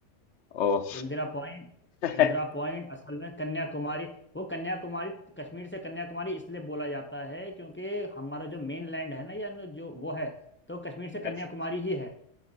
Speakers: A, on the left; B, on the left.
A: ओ
B: Indira point
A: <laughs>
B: Indira point असल में कन्याकुमारी वो कन्याकुमारी कश्मीर से कन्याकुमारी इसलिए बोला जाता है क्योंकि हमारा जो मेन लैंड है ना या जो वो है तो कश्मीर से कन्याकुमारी
A: अच्छा
B: ही है